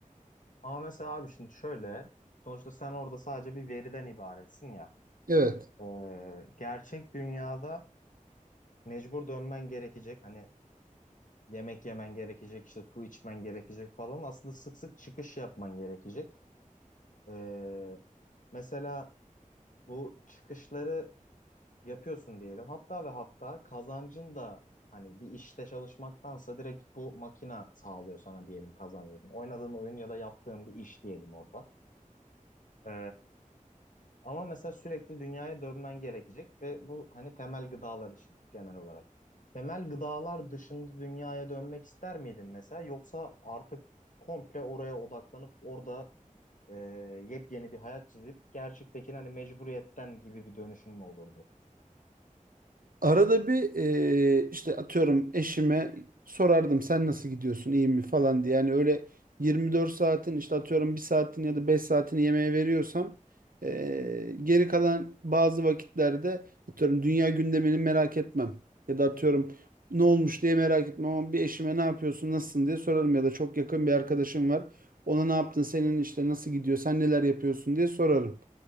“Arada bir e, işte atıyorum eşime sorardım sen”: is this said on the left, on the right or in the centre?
Right